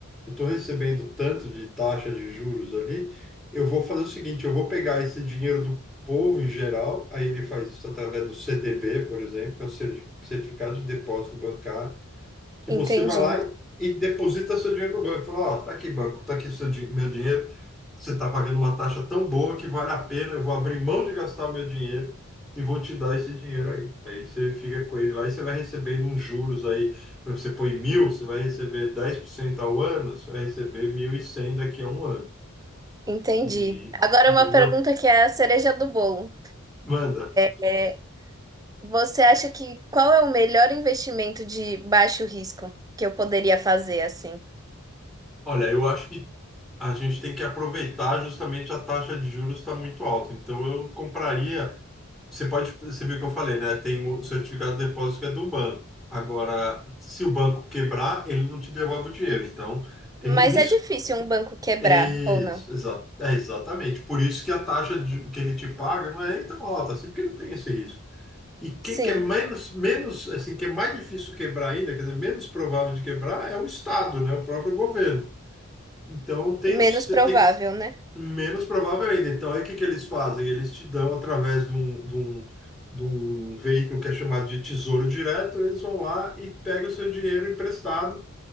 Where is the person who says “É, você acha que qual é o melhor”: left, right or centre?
Right